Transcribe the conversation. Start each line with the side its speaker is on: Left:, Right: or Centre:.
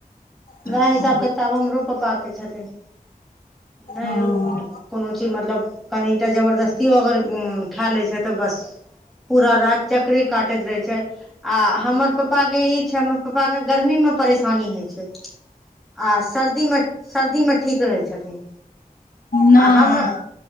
Left: हँ
Centre: वएह हिसाब किताब हमरो पापा के छथिन नहि
Left: हँ
Centre: कोनो चीज मतलब कनिटा जबरदस्तियो अगर खा लै छथि तऽ बस पूरा चक्करै काटैत रहै छथि आ हमर पापा के ई छै हमर पापा के गर्मी मे परेशानी होइ छै आ सर्दीमे सर्दीमे ठीक रहैत छथिन
Left: नहि
Centre: आ हमर